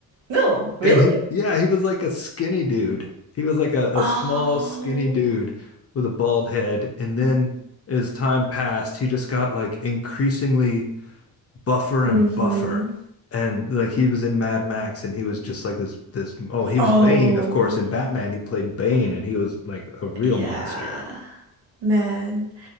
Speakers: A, on the right; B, on the left.
A: No, really?
B: and he yeah, he was like a skinny dude. He was like a,
A: Oh.
B: a small skinny dude with a bald head and then as time passed, he just got like increasingly buffer
A: Mm-hmm.
B: and buffer. And like he was in Mad Max and he was just like this this oh, he
A: Oh.
B: was Bane, of course, in Batman he played Bane and he was like a real
A: Yeah.
B: monster.
A: Man.